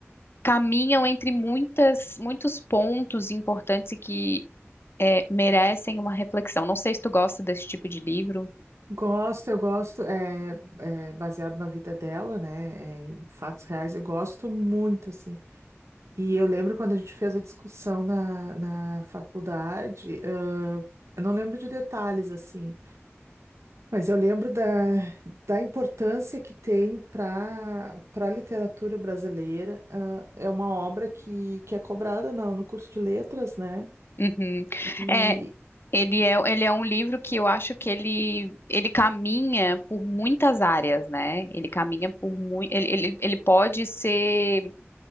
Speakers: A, on the left; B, on the right.
A: caminham entre muitas, muitos pontos importantes e que é, merecem uma reflexão. Não sei se tu gosta desse tipo de livro.
B: Gosto, eu gosto. É, é baseado na vida dela, né? é, em fatos reais, eu gosto muito, assim. E eu lembro quando a gente fez a discussão na, na faculdade, ãh, eu não lembro de detalhes, assim. Mas eu lembro da, da importância que tem para para a literatura brasileira. ah, é uma obra que, que é cobrada na- no curso de letras, né?
A: Uhum.
B: E
A: É, ele é, ele é um livro que eu acho que ele, ele caminha por muitas áreas, né? Ele caminha por muito. Ele, ele, ele pode ser.